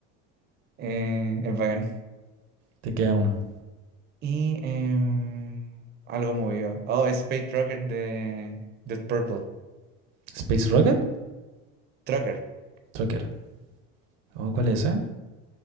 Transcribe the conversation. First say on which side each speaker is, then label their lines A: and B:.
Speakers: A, on the right; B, on the right.
A: Eh, es bacán.
B: Te queda uno.
A: Y em, algo movido. Oh, Space Trucker de Dead Purple.
B: Space Rocket,
A: Trucker.
B: Trucker. ¿O cuál es ese?